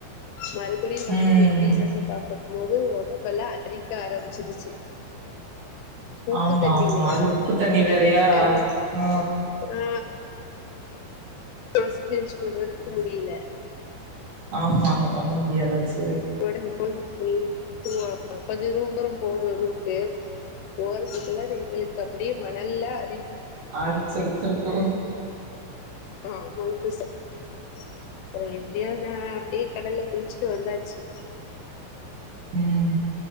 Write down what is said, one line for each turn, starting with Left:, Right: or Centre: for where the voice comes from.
Left: மறுபடியு வந்து
Right: ம்
Left: வெளிய வந்து பாத்த போது ஒடம்பெல்லா அரிக்க ஆரம்பிச்சிருச்சு உப்பு
Right: ஆமா
Left: தண்ணி
Right: ஆமா
Left: இல்லையா
Right: அது உப்பு தண்ணி வேறயா
Left: அது
Right: ஆ
Left: ஆ டிரெஸ் சேஞ்ச் பண்றதுக்கு முடில
Right: ஆமா அங்க பண்ண முடியாதாச்சு
Left: ஒடம் ஒடம்பு ஃபுல்லா ஓ கொஞ்ச தூரோ போகணு ரூம்க்கு போறத்துக்குள்ளார எங்களுக்கு அப்டியே மணல்ல அரி
Right: அரிச்செருத்தெருக்கு
Left: ஆமாங்க சிஸ்டர் அப்றோ எப்டியோ நா அப்டி கடல்ல குளிச்சுட்டு வந்தாச்சு
Right: உம்